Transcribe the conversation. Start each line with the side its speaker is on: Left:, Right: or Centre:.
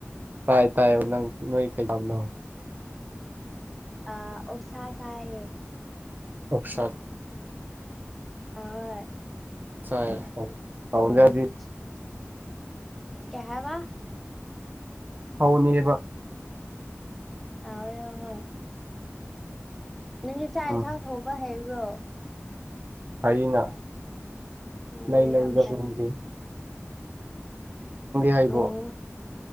Right: ꯇꯥꯏ ꯇꯥꯏ ꯅꯪ ꯅꯣꯏ ꯀꯩꯇꯕꯅꯣ
Centre: ꯑꯣꯁꯥꯁꯥꯏ
Right: ꯑꯣꯞꯁꯔ
Centre: ꯑꯥ
Right: ꯆꯥꯏ ꯍꯥꯎꯅꯗꯤ
Centre: ꯑ ꯁ ꯀꯌꯥ ꯋꯥ
Right: ꯐꯅꯦꯕ
Centre: ꯑꯣꯏ ꯑꯣꯏ ꯅꯪ ꯏꯥꯛ
Right: ꯎꯝ
Centre: ꯏꯟꯁꯥꯡ ꯊꯧꯕ ꯍꯩꯕ꯭ꯔꯣ
Right: ꯑꯩꯅ
Centre: ꯑꯣ
Right: ꯂꯩ ꯂꯩ
Centre: ꯌꯥꯝ
Right: ꯖꯥꯗꯨꯝꯒꯦ
Centre: ꯐꯩ
Right: ꯍꯩꯕ꯭ꯔꯣ
Centre: ꯑꯨꯝ